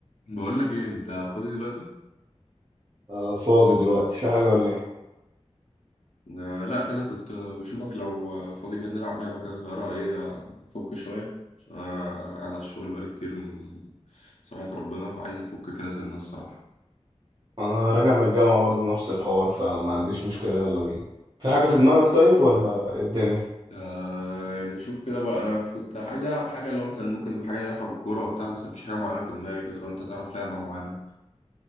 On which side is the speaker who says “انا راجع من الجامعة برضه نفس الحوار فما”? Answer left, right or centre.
Right